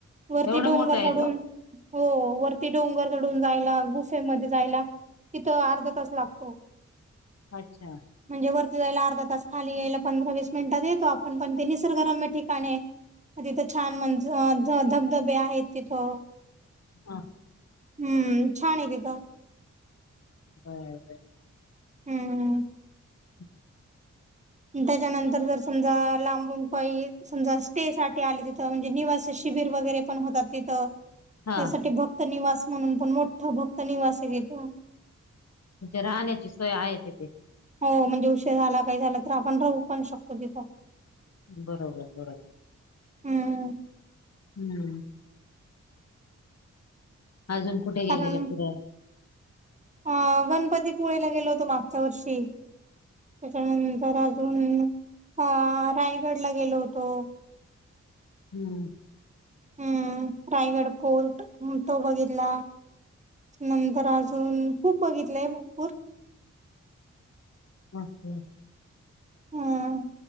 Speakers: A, on the right; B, on the left.
A: वरती
B: एवढा
A: डोंगर
B: मोठा आहे
A: चढून
B: तो
A: हो वरती डोंगर चढून जायला, गुसेमध्ये जायला तिथं अर्धा तास लागतो.
B: अच्छा
A: म्हणजे वरती जायला अर्धा तास खाली यायला पंधरा वीस मिनिटात येत तो आपण पण ते निसर्गरम्य ठिकाण हे. मग तिथं छान म्हणज धबधबे आहेत तिथं.
B: हा.
A: हम्म, छान हे तिथं.
B: बरं बरं.
A: हम्म.
B: <inaudible>
A: त्याच्यानंतर जर समजा लांबून पई समजा स्टे साठी आली तिथं म्हणजे निवासी शिबीर वगैरे पण होतात तिथं त्यासाठी
B: हा
A: भक्त निवास म्हणून पण मोठं भक्त निवास आहे तिथं.
B: म्हणजे राहण्याची सोय आहे तिथे.
A: हो म्हणजे उशीर झाला काही झालं तर आपण राहू पण शकतो तिथं.
B: बरोबर बरोबर.
A: हम्म
B: हम्म. अजून कुठे गेलेले
A: कारण
B: फिराय?
A: अ गणपतीपुळेला गेलो होतो मागच्या वर्षी. त्याच्यानंतर अजून, अ रायगडला गेलो होतो.
B: हम्म.
A: हम्म, रायगड फोर्ट तो बघितला. नंतर अजून खुप बघितलंय भरपूर.
B: बापरे!
A: हम्म.